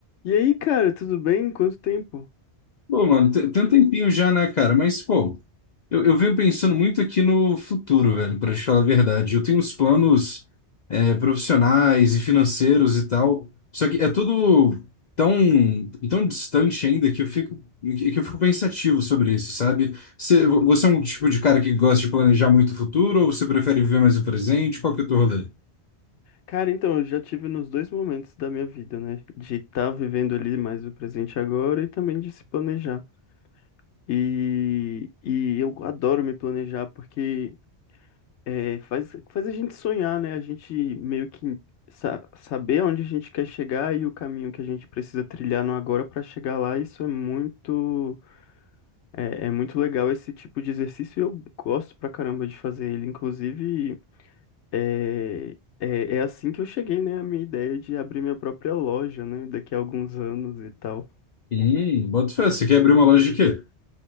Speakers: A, on the left (about 80°); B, on the left (about 50°).
A: E aí, cara, tudo bem? Quanto tempo?
B: Pô, mano, tem tem um tempinho já, né, cara? Mas, pô, eu, eu venho pensando muito aqui no futuro, velho, pra te falar a verdade. Eu tenho uns planos, é, profissionais e financeiros e tal, só que é tudo tão, tão distante ainda que eu fico, que eu fico pensativo sobre isso, sabe? Você, você é um tipo de cara que gosta de planejar muito o futuro ou você prefere viver mais o presente? Qual que é o teu rolê?
A: Cara, então, eu já tive nos dois momentos da minha vida, né? De estar vivendo ali mais o presente agora e também de se planejar. E, e eu adoro me planejar porque é, faz, faz a gente sonhar, né? A gente meio que sa- saber onde a gente quer chegar e o caminho que a gente precisa trilhar no agora para chegar lá. Isso é muito, é, é muito legal esse tipo de exercício e eu gosto pra caramba de fazer ele. Inclusive. É, é, é assim que eu cheguei, né, à minha ideia de abrir minha própria loja, né, daqui a alguns anos e tal.
B: Hum, bota fé, você quer abrir uma loja de quê?